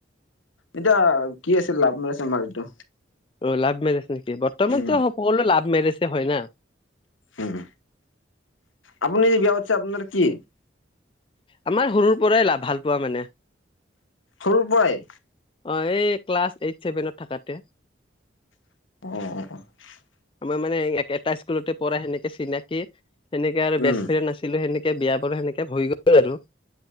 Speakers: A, on the left; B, on the left.
A: এতিয়া কি আছিল লাভ ৰিলেশ্বন এইটো
B: অ লাভ মেৰেজ নেকি বৰ্তমানত
A: উম
B: সকলো লাভ মেৰেজে হয় না
A: উম আপুনি যে বিয়া পাতিছে আপোনাৰ কি?
B: আমাৰ সৰুৰ পৰাই লা ভাল পোৱা মানে
A: সৰু পৰাই।
B: অঁ এ ক্লাছ এইট চেভেনত থাকাতে।
A: অ
B: আমাৰ মানে এটা স্কুলতে পঢ়া সেনেকে চিনাকি সেনেকে আৰু
A: উম
B: বেষ্টফ্ৰেণ্ড আছিলে সেনেকে বিয়া বাৰু সেনেকে হৈ গ'ল আৰু।